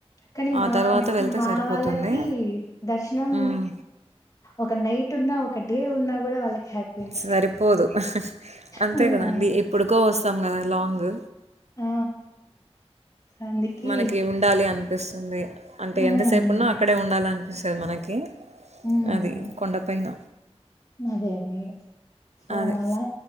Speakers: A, on the left; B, on the right.
A: కాని మా
B: ఆ తర్వాత వెళ్తే
A: మా
B: సరిపోతుంది
A: వాళ్ళకి దర్శనం
B: మ్మ్.
A: ఒక నైట్ ఉన్న గడ్డీ ఉన్నా కూడా వాళ్ళకి హ్యాపీనే.
B: సరిపోదు అంతే
A: హ్మ్.
B: కదండి ఎప్పుడుకో వస్తు గద లాంగ్
A: ఆ అందుకి
B: మనకి ఉండాలి అంతే స్తుంది అంటే
A: హ్మ్.
B: ఎంతసేపు ఉన్నా అక్కడే ఉండాలంటే సార్ మనకి
A: హ్మ్.
B: అది కొండ ఫైన
A: అదే అది సో
B: అది
A: అలా